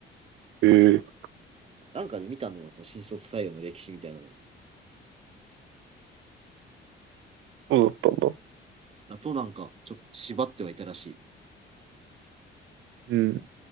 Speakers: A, on the right; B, on the right.
A: ええ、
B: なんかで見たんだよな、その新卒採用の歴史みたいなの。
A: そうだったんだ。
B: だとなんか、ちょっと縛ってはいたらしい。
A: うん